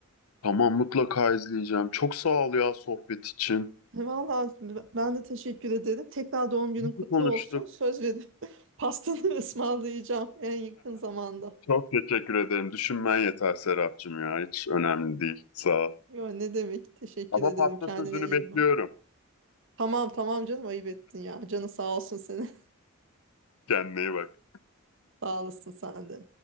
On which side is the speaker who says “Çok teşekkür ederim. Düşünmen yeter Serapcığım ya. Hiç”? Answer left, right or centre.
Left